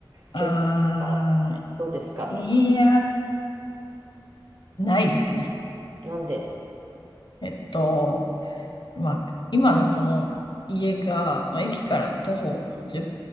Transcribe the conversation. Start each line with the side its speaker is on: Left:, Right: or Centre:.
Right: 検討とか
Left: ああ、
Right: どうですか
Left: いや、ないですね。
Right: なんで
Left: えっと、まあ、今のこの家が、まあ、駅から徒歩10